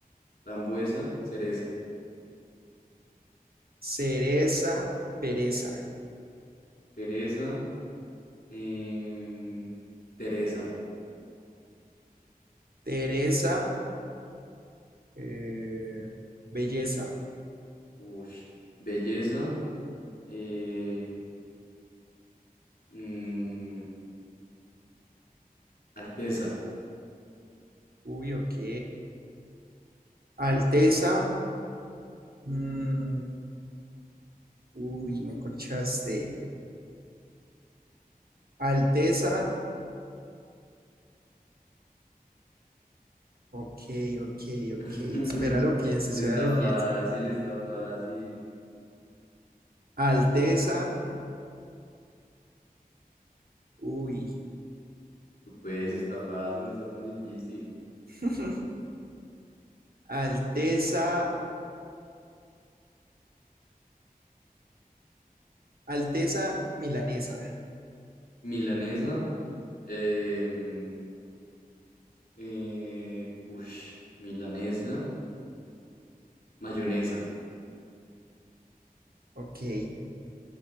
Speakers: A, on the left; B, on the right.
A: Frambuesa, cereza.
B: Cereza, pereza.
A: Pereza, em, Teresa.
B: Teresa, eh, belleza.
A: Ush. Belleza, Eh, mm, Alteza.
B: Uy, ok. Alteza, mm, uy, me corchaste. Alteza, ok, ok, ok.
A: <laughs>
B: Espera, lo pienso, espera,
A: Está
B: lo
A: fácil,
B: pienso.
A: está fácil.
B: Alteza, uy.
A: Tú puedes, está fácil, no está tan difícil.
B: <laughs> Alteza, Alteza milanesa,
A: Milanesa. em, eh, ush, milanesa. Mayonesa. <laughs>
B: ok.